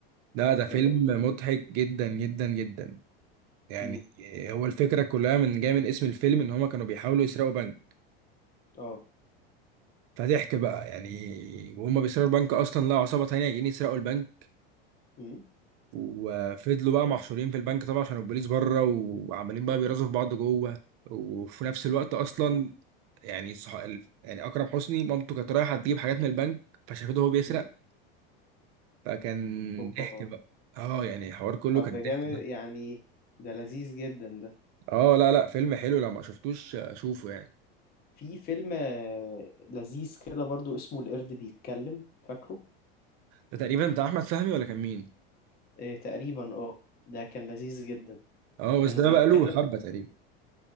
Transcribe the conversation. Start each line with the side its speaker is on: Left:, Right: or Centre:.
Right: لا ده فيلم
Left: ده جامد
Right: مضحك جدا جدا جدا يعني
Left: امم
Right: هو الفكره كلها من جايه من اسم الفيلم ان هما كانوا بيحاولوا يسرقوا بنك
Left: اه
Right: فضحك بقى يعني وهم بيسرقوا البنك اصلا لقوا عصابه تانية جايين يسرقوا البنك
Left: امم
Right: وفضلوا بقى محشورين في البنك طبعا عشان البوليس بره وعمالين بقى بيرازوا في بعض جوه وفي نفس الوقت اصلا
Left: امم
Right: يعني صح... يعني اكرم حسني مامته كانت رايحه تجيب حاجات من البنك فشافته وهو بيسرق
Left: امم
Right: فكان
Left: اوبا
Right: ضحك بقى اه يعني الحوار كله
Left: طب
Right: كان
Left: ده جامد
Right: ضحك ده
Left: يعني ده لذيذ جدا ده
Right: اه لا لا فيلم حلو لو ما شفتوش آه، شوفه يعني
Left: في فيلم آه، لذيذ كده برضو اسمه القرد بيتكلم فاكره
Right: ده تقريبا بتاع احمد فهمي ولا كان مين
Left: آه تقريبا اه ده كان لذيذ جدا
Right: اه
Left: كانوا
Right: بس ده
Left: بيتكلم
Right: بقى له حبه تقريبا